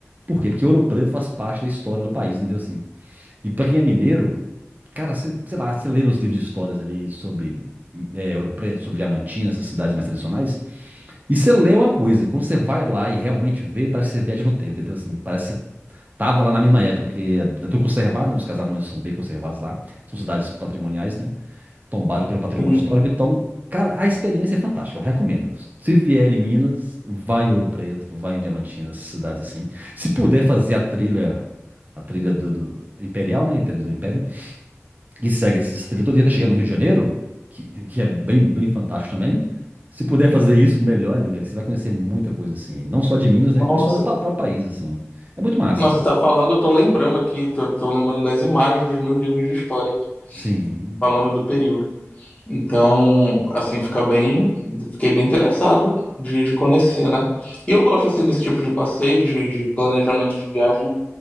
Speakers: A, on the right; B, on the left.
A: Por quê? Porque Ouro Preto faz parte da história do país, entendeu? Assim. E pra quem é mineiro, cara, cê- sei lá, você lê nos livros de histórias ali sobre é, Ouro Preto, sobre Diamantina, essas cidades mais tradicionais, e você lê uma coisa. Quando você vai lá e realmente vê, parece que você viaja no tempo, entendeu? Assim, parece que você Tava lá na mesma época, porque é tudo conservado, né? Os casarões são bem conservados lá. São cidades patrimoniais, né? Tombadas pelo patrimônio
B: Sim.
A: histórico. Então, cara, a experiência é fantástica. Eu recomendo. Se vier em Minas, vai em Ouro Preto, vai em Diamantina, essas cidades assim. Se puder fazer a trilha, a trilha do, do Imperial, né? A trilha do Império. que segue essa trilha todo dia até chegar no Rio de Janeiro, que, que é bem, bem fantástico também. Se puder fazer isso, melhor ainda. que Você vai conhecer muita coisa assim. Não só de Minas, né?
B: Nossa,
A: Como a história do pa-
B: que-
A: próprio país, assim. É muito massa.
B: nossa, tá falando, eu tô lembrando aqui, tô, tô lembrando das imagens dos meus livros de história,
A: Sim.
B: falando do período. Então, assim, fica bem, fiquei bem interessado de, de conhecer, né? E eu gosto assim desse tipo de passeio, de, de planejamento de viagem,